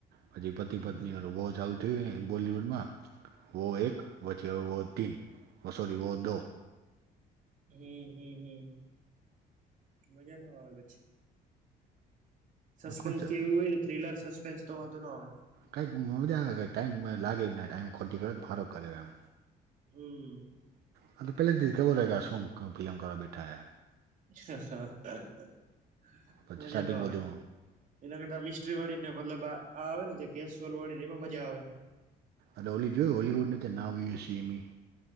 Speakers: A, on the right (about 70°); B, on the right (about 50°).
A: પછી પતિ
B: હમ
A: પત્ની ઔર વોહ ચાલુ થીયુ ને બોલિવુડમાં વો એક પછી વો તીન સોરી વો દો.
B: હમમ હમમ હમમ. મજા ન આવે પછી સસ્પેન્સ
A: કોણ છે
B: કેવુ હોય ને થ્રિલર, સસ્પેન્સ તો વાંધો નો આવે.
A: કઈક નો જવે ટાઈમ લાગે ટાઈમ ખોટી કરે ફારો કર્યો એમ.
B: હમમ.
A: હા તો પહેલા દેખાવ ખબર શું ફિલ્મ કરવા બેઠા હ.
B: <inaudible>
A: પછી
B: મજા
A: સ્ટાર્ટિંગ
B: ના આવે
A: વધુ.
B: એના કરતા મિસ્ટ્રી વાળી ને મતલબ આ આવે ને જે કેશ સોલ વાળી ને એમાં મજા આવે.
A: અને ઓલી જોયું હોલીવૂડ ની તે નાવ હિ સી મી.